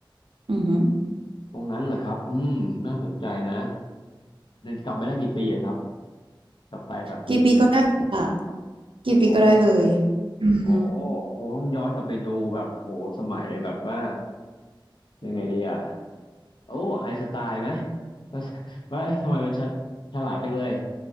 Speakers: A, on the right; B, on the left.
A: อือหือ
B: ตรงนั้นเหรอครับ อืมน่าสนใจนะกลับไปได้กี่ปีอะครับ กลับไปแบบมี
A: กี่ปีก็ได้ค่ะกี่ปีก็ได้เลย
B: อ๋อ
A: อืม
B: อ๋อคงต้องย้อนกลับไปดูแบบโหสมัยแบบว่ายังไงดีอะ โอ้ไอน์สไตล์ไหมว่าว่า <laughs> เอ๊ะทำไมมันฉฉลาดจังเลย